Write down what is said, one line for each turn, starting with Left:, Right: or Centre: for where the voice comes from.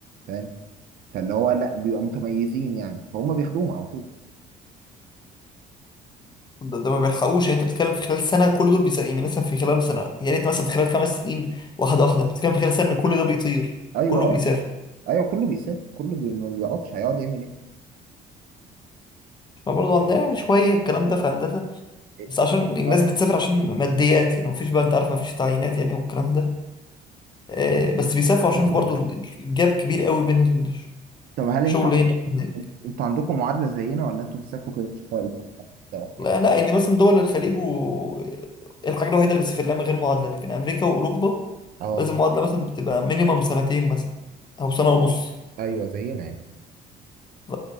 Right: فاهم فاللي هو لا بيبقى متميزين يعني فهم بياخدوهم على طول
Left: ده, ده ما بيلحقوش يعني أنت بتتكلم في خلال سنة كل دول بيسا يعني مثلا في خلال سنة يعني أنت مثلا في خلال خمس سنين واحدة واحدة أنت بتتكلم في خلال سنة كل ده بيطير
Right: ايوه
Left: كله
Right: اه
Left: بيسافر
Right: ايوه كله بيسافر كله بي... ما بيقعدش هيقعد يعمل ايه
Left: احنا برضه عندنا يعني شوية الكلام ده في هندسة
Right: إيه؟
Left: بس عشان الناس
Right: اه
Left: بتسافر عشان ماديات يعني مفيش بقى أنت عارف مفيش تعيينات يعني والكلام ده آه، بس بيسافروا
Right: يعني
Left: عشان برضه الجاب كبير قوي بين
Right: طب هل
Left: شغل
Right: انت
Left: هنا وهناك
Right: انتوا عندكم معادله زينا ولا انتوا بتسافروا كده بتشتغلوا بس أو حاجة؟
Left: لا لا يعني مثلا دول الخليج و الحاجة الوحيدة اللي بتسافر لها من غير معادلة لكن أمريكا وأوروبا
Right: اه
Left: لازم معادلة مثلا بتبقى مينيمم سنتين مثلا أو سنة ونص
Right: ايوه زينا يعني
Left: ف...